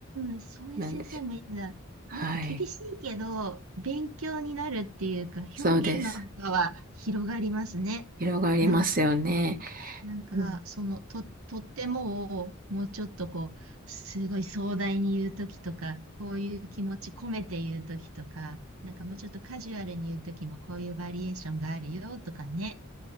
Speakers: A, on the right; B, on the right.
A: ん、そういう先生もいいんだ。
B: なんでしょう。はい。
A: なんか厳しいけど、勉強になるっていうか、
B: そうです。
A: 表現の幅は広がりますね。
B: 広がりますよね。
A: なんかなんか、
B: うん。
A: その、と、とってもを、もうちょっとこう、すごい壮大に言うときとか、こういう気持ち込めて言うときとか、なんかもうちょっとカジュアルに言うときも、こういうバリエーションがあるよとかね。